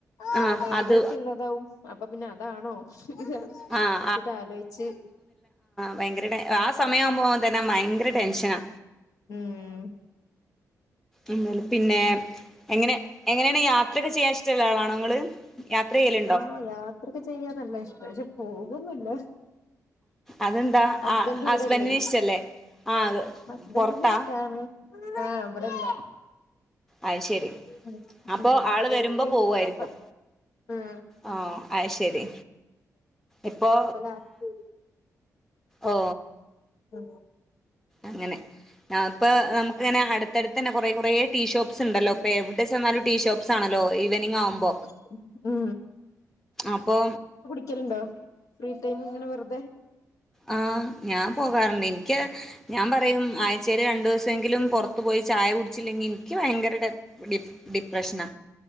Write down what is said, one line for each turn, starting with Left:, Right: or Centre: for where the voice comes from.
Left: സ്വാഭാവികായിട്ട്ള്ളതാവും.
Centre: ആഹ് അത്
Left: അപ്പൊ പിന്ന അതാണോ ഇത് വച്ചിട്ടാലോയിച്ച്.
Centre: ആഹ് ഭയങ്കരട്ടെൻ ആ സമയമാകുമ്പോഅതന്ന ഭയങ്കര ടെൻഷനാ.
Left: ഉം
Centre: ഉം പിന്നെ എങ്ങനെ എങ്ങനെണ് യാത്രക്കെ ചെയ്യാൻ ഇഷ്ടള്ള ആളാണോങ്ങള്? യാത്രയ്യല്.
Left: ആഹ് യാത്രക്കെ ചെയ്യാൻ നല്ല ഇഷ്ട പക്ഷെ പോകൊന്ന്ല്ല.
Centre: അതെന്താ
Left: ഹസ്ബെന്റ്
Centre: ആ
Left: ഇവടെല്ലേ?
Centre: ഹസ്ബൻഡിന് ഇഷ്ടല്ലേ ആ
Left: ഹസ്ബന്റിനിഷ്ട്ടാണ്
Centre: പൊറത്താ
Left: ആഹ് ഇവിടെല്ല.
Centre: അ ശെരി
Left: ഉം
Centre: അപ്പൊ
Left: ഉം
Centre: ആള്
Left: വരുന്നുണ്ട്
Centre: വരുമ്പോ പോവുആയിരിക്കും.
Left: ഈ മാസം ഉം
Centre: ആ അ ശരി ഇപ്പോ.
Left: മാസം ലാസ്റ്റ്
Centre: ഓ
Left: ഓ.
Centre: അങ്ങനെ ഇപ്പ നമുക്ക്‌ങ്ങനെ അടുത്തടുതന്നെ കുറെ, കുറെ ടീഷോപ്പ്. സ്ണ്ടല്ലോപ്പൊ എവിടെ ചെന്നാലും ടീഷോപ്സ് ആണല്ലോ ഇവനിംഗ് ആവുമ്പോ.
Left: ഉം ഉ
Centre: അപ്പോ.
Left: ക്കലുണ്ടോ ഫ്രീ ടൈം ഇങ്ങനെ വെറുതെ.
Centre: ആഹ് ഞാൻ പോകാറുണ്ട് എനിക്ക്. ഞാൻ പറയും ആഴ്ച്ചേല് രണ്ടുസംങ്കിലും പുറത്തു പോയി ചായ കുടി ചില്ലെങ്കി എനിക്ക് ഭയങ്കര ടെ, ടി, ഡിപ്രഷനാ.